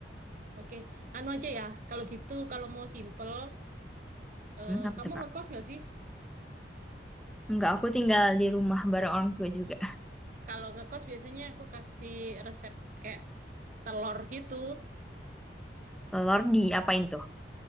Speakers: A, on the right; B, in the centre.
A: Oke, anu aja ya. Kalau gitu, kalau mau simple, eh,
B: Hmm, apa
A: kamu
B: tuh kak?
A: ngekos nggak sih?
B: Enggak, aku tinggal di rumah bareng orang tua juga.
A: Kalau ngekos biasanya aku kasih resep kayak telur gitu
B: Telur diapain tuh?